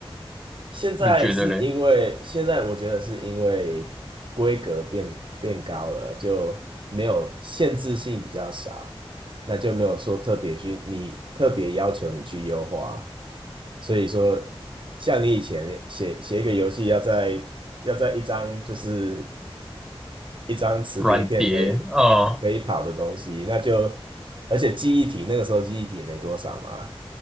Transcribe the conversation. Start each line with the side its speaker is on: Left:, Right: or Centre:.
Right: 现在是因为现在我觉得是因为规格变变高了，
Centre: 你觉得嘞？
Right: 就没有限制性比较少，那就没有说特别去你特别要求你去优化，所以说像你以前写写一个游戏要在要在一张就是一张磁碟片可以
Centre: 软碟，哦
Right: 可以跑的东西，那就而且记忆体那个时候记忆体也没多少嘛，